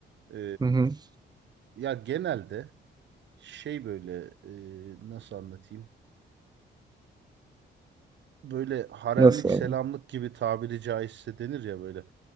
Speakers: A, on the right; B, on the right.
A: E,
B: Hı hı.
A: ya genelde şey böyle e, nasıl anlatayım? Böyle haremlik
B: Nasıl abi?
A: selamlık gibi tabiri caizse denir ya böyle.